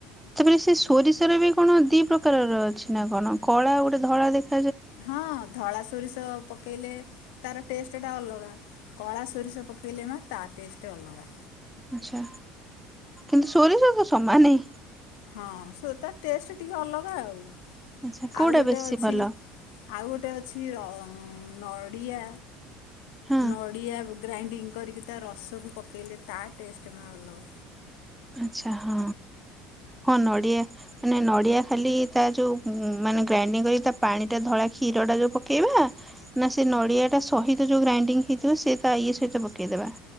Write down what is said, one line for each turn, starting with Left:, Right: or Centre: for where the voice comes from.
Centre: ତାପରେ ସେ ସୋରିଷ ବି କଣ ଦି ପ୍ରକାରର ଅଛି ନା କଣ କଳା ଗୋଟେ ଧଳା ଦେଖ
Left: ହଁ ଧଳା ସୋରିଷ ପକେଇଲେ ତାର ଟେଷ୍ଟଟା ଅଲଗା କଳା ସୋରିଷ ପକେଇଲେ ମା ତା ଟେଷ୍ଟ ଅଲଗା।
Centre: ଆଚ୍ଛା କିନ୍ତୁ ସୋରିଷ ତ ସମାନ।
Left: ହଁ ସେ ତା ଟେଷ୍ଟ ଟିକେ ଅଲଗା ଆଉ
Centre: ଆଚ୍ଛା କୋଉଟା
Left: ଆଉ ଗୋଟେ
Centre: ବେଶୀ
Left: ଅଛି
Centre: ଭଲ
Left: ଆଉ ଗୋଟେ ଅଛି ନଡ଼ିଆ
Centre: ହଁ
Left: ନଡ଼ିଆ ଗ୍ରାଇଣ୍ଡିଙ୍ଗ କରିକି ତା ରସକୁ ପକାଇଲେ ତା ଟେଷ୍ଟ ମା ଅଲଗା।
Centre: ଆଛା ହଁ ହଁ ନଡ଼ିଆ ମାନେ ନଡ଼ିଆ ଖାଲି ତା ଯୋଉ ମାନେ ଗ୍ରାଇଣ୍ଡିଙ୍ଗ କରି ତା ପାଣି ଟା ଧଳା କ୍ଷୀର ଟା ଯୋଉ ପକେଇବା ନା ସେ ନଡ଼ିଆ ଟା ସହିତ ଯୋଉ ଗ୍ରାଇଣ୍ଡିଙ୍ଗ୍ ହେଇଥିବ ସେ ତା ଇଏ ସହିତ ପକେଇଦବା?